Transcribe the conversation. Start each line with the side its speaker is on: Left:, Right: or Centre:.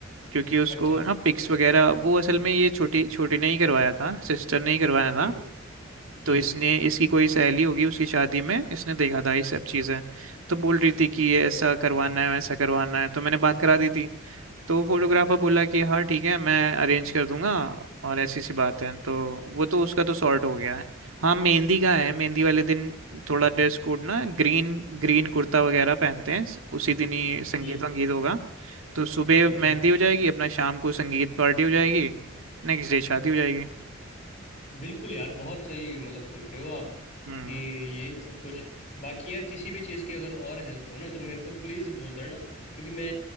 Right: क्योंकि उसको
Left: अच्छा
Right: ना पिक्स वगैरह वो असल में ये छोटी छोटी ने ही करवाया था सिस्टर ने ही करवाया था
Left: हम्म हम्म
Right: तो हम्म, इसने इसकी कोई सहेली होगी उसकी शादी में इसने देखा था ये सब चीज़ें तो बोल रही थी कि ये ऐसा करवाना है वैसा करवाना है तो मैंने बात करा दी थी तो फोटोग्राफर बोला कि हाँ ठीक है मैं अरेंज कर दूंगा और ऐसी सी बात है तो वो तो उसका तो सॉर्ट हो गया है हाँ मेहंदी का है मेहंदी वाले दिन थोड़ा ड्रेस कोड ना ग्रीन ग्रीन कुर्ता वगैरह पहनते हैं उसी दिन ही संगीत
Left: हम्म
Right: हम्म। वंगीत होगा तो सुबह
Left: अच्छा
Right: मेहंदी हो जाएगी अपना शाम को संगीत पार्टी हो जाएगी नेक्स्ट डे शादी हो जाएगी
Left: बिल्कुल यार बहुत सही मतलब सोच रहे हो आप
Right: हम्म
Left: कि ये सब कुछ बाकी यार किसी भी चीज़ की अगर और हेल्प हो ना तो मेरे को प्लीज़ बोल देना क्योंकि मैं